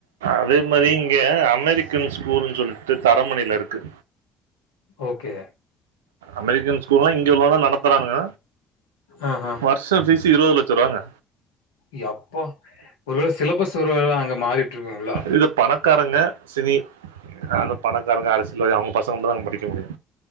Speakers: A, on the right (about 75°); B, on the left (about 70°).
A: அதே மாரி இங்க அமெரிக்கன் ஸ்கூல்ன் சொல்லிட்டு தரமணில இருக்கு
B: ஓகே
A: அமெரிக்கன் ஸ்கூல்லா இங்க கோட நடத்துறானுக
B: ஆ ஆ
A: வரு ஷ ஃபீஸ் இருவது லட்ச ருவாங்க
B: யப்பா ஒருவேள சிலபஸ் ஒருவேள அங்க மாறிட்ருக்குங்ளா
A: இது பணக்காரங்க சினி அது பணக்காரங்க அரசியல்வாதி அவங்க பசங்க மட்டுந்தா அங்க படிக்க முடியு